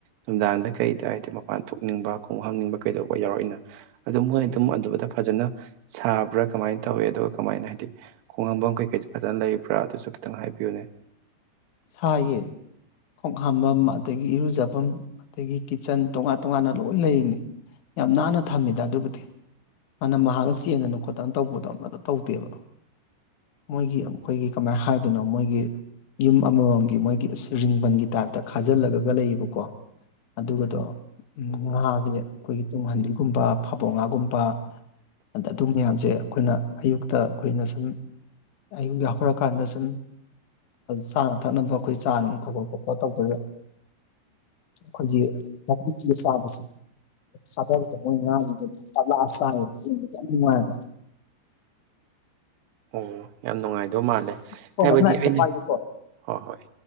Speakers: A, on the right; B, on the left.
A: ꯅꯨꯡꯗꯥꯡꯗ ꯀꯩꯗ ꯍꯥꯏꯗꯤ ꯃꯄꯥꯟ ꯊꯣꯛꯅꯤꯡꯕ ꯈꯣꯡ ꯍꯥꯝꯅꯤꯡꯕ ꯀꯩꯗꯧꯕ ꯌꯥꯎꯔꯛꯏꯅ ꯑꯗꯨ ꯃꯣꯏ ꯑꯗꯨꯝ ꯑꯗꯨꯝꯕꯗ ꯐꯖꯅ ꯁꯥꯕ꯭ꯔꯥ ꯀꯃꯥꯏꯅ ꯇꯧꯏ ꯑꯗꯨꯒ ꯀꯃꯥꯏꯅ ꯍꯥꯏꯗꯤ ꯈꯣꯡ ꯍꯥꯝꯕ ꯀꯩꯀꯩꯗ ꯐꯖꯅ ꯂꯩ ꯄ꯭ꯔꯥ ꯑꯗꯨꯁꯨ ꯈꯤꯇꯪ ꯍꯥꯏꯕꯤꯌꯨꯅꯦ
B: ꯁꯥꯌꯦ ꯈꯣꯡ ꯍꯥꯥꯝꯕꯝ ꯑꯗꯒꯤ ꯏꯔꯨꯖꯐꯝ ꯑꯗꯒꯤ ꯀꯤꯠꯆꯟ ꯇꯣꯉꯥꯟ ꯇꯣꯉꯥꯟꯅ ꯂꯣꯏ ꯂꯩꯔꯤꯅꯤ ꯌꯥꯝ ꯅꯥꯟꯅ ꯊꯝꯃꯤꯗ ꯑꯗꯨꯕꯨꯗꯤ ꯃꯥꯅꯝ ꯃꯍꯥꯛꯅ ꯆꯦꯟꯗꯅ ꯈꯣꯠꯇꯅ ꯇꯧꯕꯗꯣ ꯑꯃꯇ ꯇꯧꯗꯦꯕ ꯃꯣꯏꯒꯤ ꯑꯩꯈꯣꯏꯒꯤ ꯀꯃꯥꯏꯅ ꯍꯥꯏꯗꯣꯏꯅꯣ ꯃꯣꯏꯒꯤ ꯌꯨꯝ ꯑꯃꯃꯝꯒꯤ ꯃꯣꯏꯒꯤ ꯑꯁ ꯔꯤꯡꯕꯟꯒꯤ ꯇꯥꯏꯞꯇ ꯈꯥꯖꯤꯜꯂꯒ ꯂꯩꯌꯦꯕꯀꯣ ꯑꯗꯨꯒꯗꯣ ꯉꯥꯁꯦ ꯑꯩꯈꯣꯏꯒꯤ ꯇꯨꯡꯍꯟꯕꯤꯒꯨꯝꯕ ꯐꯥꯕꯧ ꯉꯥꯒꯨꯝꯕ ꯑꯗ ꯑꯗꯨ ꯃꯌꯥꯝꯁꯦ ꯑꯩꯈꯣꯏꯅ ꯑꯌꯨꯛꯇ ꯑꯩꯈꯣꯏꯅ ꯁꯨꯝ ꯑꯌꯨꯛ ꯌꯥꯍꯧꯔꯀꯥꯟꯗ ꯁꯨꯝ ꯆꯥꯅ ꯊꯛꯅꯕ ꯑꯩꯈꯣꯏ ꯆꯥꯅꯕ ꯊꯛꯄ ꯈꯣꯠꯄ ꯇꯧꯕꯗ ꯑꯩꯈꯣꯏꯒꯤ ꯆꯥꯕꯁꯦ ꯊꯥꯕꯗ ꯃꯣꯏ ꯉꯥꯁꯤꯡꯗꯨ ꯇꯞ ꯂꯥꯛꯑꯒ ꯆꯥꯏꯌꯦ ꯌꯦꯡꯕꯗ ꯌꯥꯝ ꯅꯨꯡꯉꯥꯏꯕ
A: ꯑꯣ ꯌꯥꯝ ꯅꯨꯡꯉꯥꯏ ꯑꯗꯨ ꯃꯥꯜꯂꯦ
B: ꯐꯣꯟ
A: ꯍꯥꯏꯕꯗꯤ
B: ꯑꯃ ꯂꯥꯛꯑꯦ ꯑꯝꯇ
A: ꯑꯩ
B: ꯄꯥꯏꯒꯦꯀꯣ
A: ꯍꯣ ꯍꯣꯏ